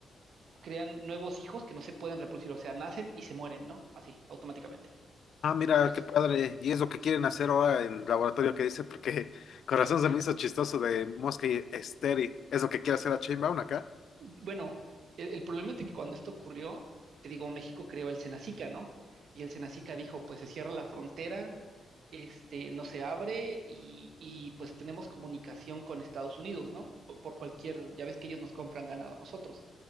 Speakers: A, on the right (about 65°); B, on the left (about 60°).
A: crean nuevos hijos que no se pueden reproducir, o sea, nacen y se mueren, ¿no? Así, automáticamente.
B: Ah, mira,
A: Es,
B: qué padre. Y es lo que quieren hacer ahora en laboratorio que dice, porque <laughs> corazón se me hizo chistoso de Mosca y Esteri. ¿Es lo que quiere hacer a Chainbound acá?
A: bueno, el, el problema es de que cuando esto ocurrió, te digo, México creó el Cenacica, ¿no? Y el Cenacica dijo, pues se cierra la frontera, este, no se abre y, y, pues tenemos comunicación con Estados Unidos, ¿no? Por, por cualquier, ya ves que ellos nos compran ganado a nosotros,